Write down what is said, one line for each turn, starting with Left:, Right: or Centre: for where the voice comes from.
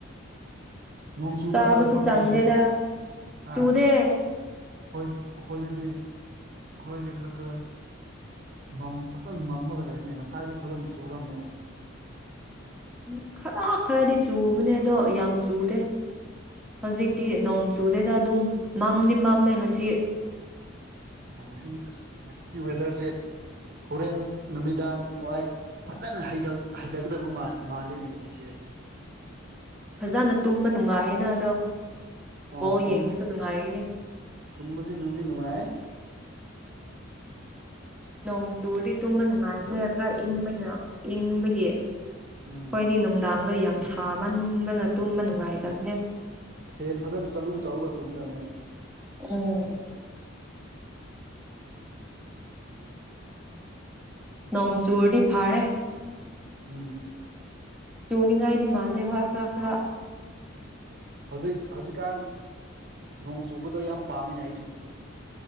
Right: ꯅꯣꯡ ꯆꯨꯕ꯭ꯔꯥ
Centre: ꯆꯥꯕꯁꯨ
Right: ꯅꯣꯏ ꯏꯐꯥꯟꯗ
Centre: ꯆꯪꯗꯦꯗ
Right: ꯍꯧꯖꯤꯛ
Centre: ꯆꯨꯗꯦ
Right: ꯑ ꯍꯣꯏ ꯑꯩꯈꯣꯏꯗꯗꯤ ꯑꯩꯈꯣꯏꯗꯤ ꯈꯔ ꯈꯔ ꯃꯝ ꯐꯖꯅ ꯃꯝꯃꯒ ꯂꯩꯅꯦ ꯉꯁꯥꯏꯗꯤ ꯐꯖꯅ ꯆꯨꯔꯝꯃꯦ
Centre: ꯎ ꯈꯔ ꯈꯔꯗꯤ ꯆꯨꯕꯅꯦ ꯑꯗꯣ ꯌꯥꯝ ꯆꯨꯗꯦ ꯍꯧꯖꯤꯛꯇꯤ ꯅꯣꯡꯆꯨꯗꯦꯗ ꯑꯗꯨꯝ ꯃꯝꯗꯤ ꯃꯥꯝꯃꯦ ꯉꯁꯤ
Right: ꯑꯣ ꯉꯁꯤ ꯑꯁ ꯉꯁꯤꯒꯤ ꯋꯦꯗꯔꯁꯦ ꯍꯣꯔꯦꯟ ꯅꯨꯃꯤꯗꯥꯡ ꯋꯥꯏ ꯐꯖꯅ ꯍꯩꯗ ꯍꯩꯗꯒꯗꯕ ꯃꯥꯜ ꯃꯥꯜꯂꯦꯅꯦ ꯉꯁꯤꯁꯦ
Centre: ꯐꯖꯅ ꯇꯨꯝꯕ ꯅꯨꯡꯉꯥꯏꯌꯦꯅ ꯑꯗꯣ
Right: ꯑꯣ
Centre: ꯕꯣꯜ
Right: ꯇꯨꯝ
Centre: ꯌꯦꯡꯕꯁꯨ ꯅꯨꯡꯉꯥꯏꯒꯅꯤ
Right: ꯇꯨꯝꯕꯁꯤ ꯅꯨꯡꯗꯤ ꯅꯨꯡꯉꯥꯏ
Centre: ꯅꯣꯡ ꯆꯨꯔꯗꯤ ꯇꯨꯝꯅ ꯅꯨꯡꯉꯥꯏꯕꯅꯦ ꯈꯔ ꯏꯪꯕꯅ ꯏꯪꯕꯒꯤ
Right: ꯎꯝ
Centre: ꯑꯩꯍꯣꯏꯗꯤ ꯅꯨꯡꯗꯥꯡꯗꯣ ꯌꯥꯝ ꯁꯥꯃꯟꯕꯅ ꯇꯨꯝꯕ ꯅꯨꯡꯉꯥꯏꯇꯕꯅꯦ
Right: ꯐꯦꯟ ꯐꯖꯅ ꯆꯂꯨ ꯇꯧꯔꯒ ꯇꯨꯝꯗꯕꯅꯦ
Centre: ꯎꯝ ꯅꯣꯡ ꯆꯨꯔꯗꯤ ꯐꯥꯔꯦ
Right: ꯎꯝ
Centre: ꯆꯅꯤ ꯉꯥꯏꯗꯤ ꯃꯥꯜꯂꯦ ꯍꯣꯏ ꯈꯔ ꯈꯔ
Right: ꯍꯧꯖꯤꯛ ꯍꯧꯖꯤꯛꯀꯥꯟ ꯅꯣꯡ ꯆꯨꯕꯗꯣ ꯌꯥꯝ ꯄꯥꯝꯃꯤꯅꯦ ꯑꯩꯁꯨ